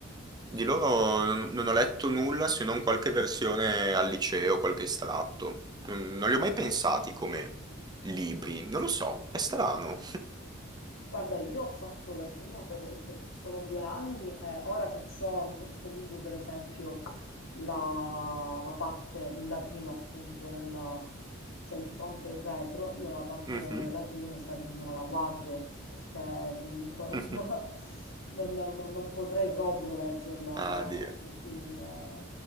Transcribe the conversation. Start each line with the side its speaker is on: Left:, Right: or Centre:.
Right: Di loro non, non ho letto nulla se non qualche versione al liceo, qualche estratto. Non, non li ho mai pensati come libri, non lo so, è strano.
Left: Guarda, io ho fatto latino per, per solo due anni e ora che ho in questo libro, per esempio, la, la parte in latino, appunto, nella- c'è il fronte e il retro, io la parte
Right: Mhm.
Left: latina, cioè, nemmeno la guardo, perché comunque non,
Right: <laughs>
Left: <laughs> non- non- non potrei proprio leggerla
Right: Ah, Dio.
Left: così in...